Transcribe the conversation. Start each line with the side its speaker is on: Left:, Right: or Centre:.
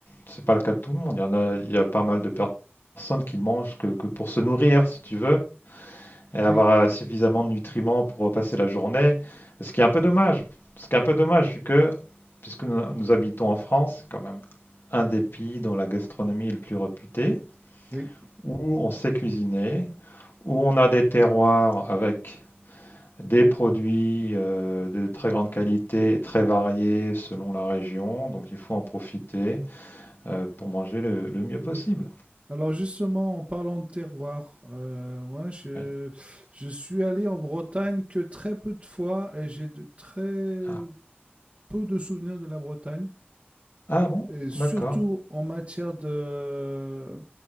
Left: C'est pas le cas de tout le monde. Il y en a, il y a pas mal de per- personnes qui ne mangent que, que pour se nourrir, si tu veux, et avoir
Right: Oui,
Left: euh, suffisamment de nutriments pour euh, passer la journée. Ce qui est un peu dommage. Ce qui est un peu dommage, vu que, puisque nous, nous habitons en France, c'est quand même un des pays dont la gastronomie est le plus réputée,
Right: oui.
Left: où on sait cuisiner, où on a des terroirs avec des produits euh, de très grande qualité, très variés selon la région. Donc il faut en profiter euh, pour manger le, le mieux possible.
Right: Alors justement, en parlant de terroir, euh, moi, je,
Left: Ouais.
Right: je suis allé en Bretagne que très peu de fois et j'ai de très
Left: Ah.
Right: peu de souvenirs de la Bretagne.
Left: Ah bon?
Right: Et surtout
Left: D'accord.
Right: en matière de,